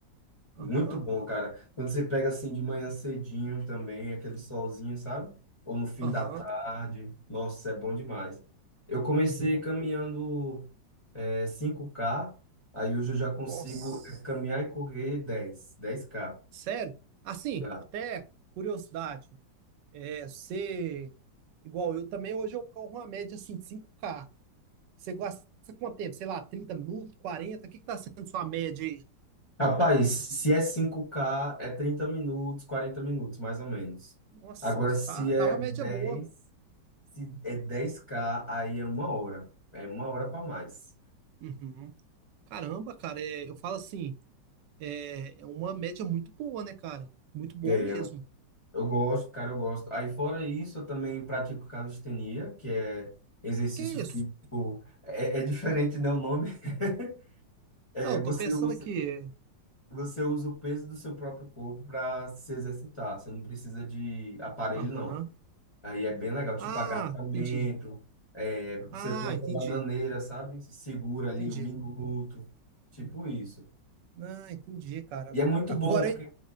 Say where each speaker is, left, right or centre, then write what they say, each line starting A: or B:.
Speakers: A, on the right; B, on the left.
A: Aham,
B: muito bom, cara. Quando você pega assim de manhã cedinho também, aquele solzinho, sabe? Ou no fim
A: aham,
B: da tarde, nossa, é bom demais. Eu comecei
A: uhum.
B: caminhando é, 5K, aí hoje eu já consigo
A: Nossa.
B: é, caminhar e correr dez, dez k
A: Sério? Assim,
B: já.
A: até curiosidade. É, você, igual eu também, hoje eu corro uma média assim, de 5K. Você gasta quanto tempo? Sei lá, trinta minutos, quarenta O que que tá sendo sua média aí?
B: Rapaz, se é cinco k é 30 minutos, 40 minutos, mais ou menos.
A: Nossa,
B: Agora, se
A: tá,
B: é
A: tá uma
B: dez,
A: média boa.
B: se é dez k aí é uma hora. É uma hora para mais.
A: Uhum. Caramba, cara, é, eu falo assim, é, é uma média muito boa, né, cara? Muito boa
B: É,
A: mesmo.
B: eu gosto, cara, eu gosto. Aí, fora isso, eu também pratico calistenia, que é exercício
A: Que isso?
B: físico. É, é diferente, né, o nome? <laughs> É,
A: Não, eu
B: você
A: tô pensando
B: usa,
A: aqui. é,
B: você usa o peso do seu próprio corpo para se exercitar. Você não precisa de aparelho,
A: Aham.
B: não. Aí é bem legal, tipo
A: Ah,
B: agachamento,
A: entendi.
B: é, você
A: Ah,
B: planta
A: entendi.
B: bananeira, sabe? Se Segura ali
A: Entendi.
B: um minuto, tipo isso.
A: Ah, entendi, cara.
B: E é muito
A: Agora,
B: bom, porque
A: hein?